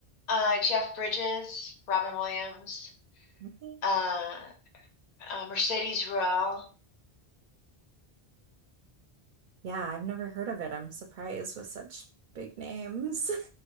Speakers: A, on the left; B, on the right.
A: Uh, Jeff Bridges, Robin Williams,
B: Okay.
A: uh, uh, Mercedes Ruehl.
B: Yeah, I've never heard of it. I'm surprised with such big names.